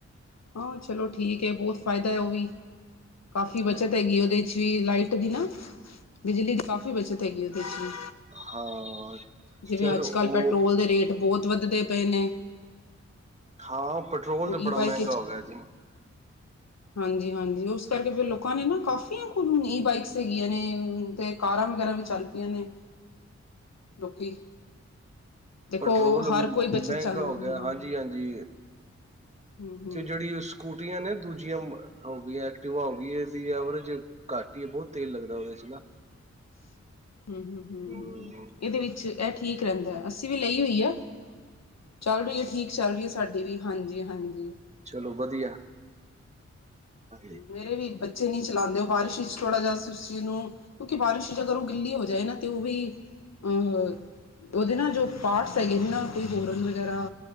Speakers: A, on the left (about 65°); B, on the right (about 25°).
A: ਹਾਂ ਚਲੋ ਠੀਕ ਹੈ ਬਹੁਤ ਫਾਇਦਾ ਹੈ ਉਹ ਵੀ ਕਾਫ਼ੀ ਬੱਚਤ
B: ਹਾਂ
A: ਹੈਗੀ ਏ ਉਹਦੇ ਚ ਵੀ ਲਾਈਟ ਦੀ ਨਾ। ਬਿਜਲੀ ਦੀ ਕਾਫ਼ੀ ਬੱਚਤ ਹੈਗੀ ਏ ਉਹਦੇ ਚ ਵੀ।
B: ਹਾਂ
A: ਜਿਵੇਂ
B: ਚਲੋ
A: ਅੱਜ-ਕੱਲ
B: ਉਹ
A: ਪੈਟਰੋਲ ਦੇ ਰੇਟ ਬਹੁਤ ਵੱਧਦੇ ਪਏ ਨੇ।
B: ਹਾਂ, ਪੈਟ੍ਰੋਲ
A: ਉਹ
B: ਤੇ ਬੜਾ
A: ਈ ਬਾਈਕ
B: ਮੈਂਗਾ ਹੋ ਗਿਆ ਜੀ।
A: ਹਾਂਜੀ-ਹਾਂਜੀ, ਉਸ ਕਰਕੇ ਫਿਰ ਲੋਕਾਂ ਨੇ ਨਾ ਕਾਫੀਆਂ ਕੋਲ ਈ ਬਾਈਕਸ ਹੈਗੀਆਂ ਨੇ ਹੁਨ ਤੇ। ਕਾਰਾਂ ਵਗੈਰਾ ਵੀ ਚੱਲ ਪਈਆਂ ਨੇ। ਲੋਕੀ ਦੇਖੋ
B: ਪੈਟਰੋਲ
A: ਹਰ
B: ਮਹਿੰਗਾ
A: ਕੋਈ ਬੱਚਤ ਚ ਹਮ
B: ਹੋ ਗਿਆ। ਹਾਂਜੀ-ਹਾਂਜੀ,
A: ਹਮ
B: ਤੇ ਜਿਹੜੀ ਓ ਸਕੂਟ ਕੁਟੀਆਂ ਨੇ ਦੂਜੀਆਂ, ਮ ਅ ਹੋ ਗਈ ਐਕਟਿਵਾ ਹੋ ਗਈ, ਇਹਦੀ ਐਵਰੇਜ ਘੱਟ ਹੀ ਹੈ। ਬਹੁਤ ਤੇਲ ਲੱਗਦਾ ਉਹਦੇ 'ਚ ਨਾ।
A: <inaudible> ਹੂੰ-ਹੂੰ-ਹੂੰ-ਹੂੰ
B: ਹਮ
A: ਹ ਇਹਦੇ ਵਿੱਚ ਇਹ ਠੀਕ ਰਹਿੰਦਾ, ਅਸੀਂ ਵੀ ਲਈ ਹੋਈ ਆ। ਚੱਲ ਰਹੀ ਹੈ ਠੀਕ, ਚੱਲ ਰਹੀ ਹੈ ਸਾਡੀ ਵੀ, ਹਾਂਜੀ-ਹਾਂਜੀ।
B: ਚਲੋ ਵਧੀਆ, ਹਾਂ ਜੀ
A: ਮੇਰੇ ਵੀ ਬੱਚੇ ਨਹੀਂ ਚਲਾਂਦੇ, ਉਹ ਬਾਰਿਸ਼ ਵਿੱਚ ਥੋੜ੍ਹਾ ਜਿਹਾ ਅਸੀ ਉਸ ਚੀਜ਼ ਨੂੰ ਕਿਉਂਕਿ ਬਾਰਿਸ਼, ਜਦੋਂ ਉਹ ਗਿੱਲੀ ਹੋ ਜਾਏ ਨਾ ਤੇ ਉਹ ਵੀ ਅਹ ਉਹਦੇ ਨਾ ਜੋ ਪਾਰਟਸ <unintelligible> ਨਾ ਕੋਈ ਹੋਰਨ ਵਗੈਰਾ